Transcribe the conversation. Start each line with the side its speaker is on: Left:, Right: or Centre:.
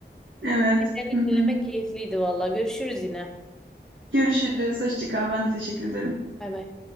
Right: Evet.
Centre: Seni
Right: Hı hı.
Centre: dinlemek keyifliydi vallahi. Görüşürüz yine.
Right: Görüşürüz. Hoşça kal. Ben de teşekkür ederim.
Centre: Bay bay.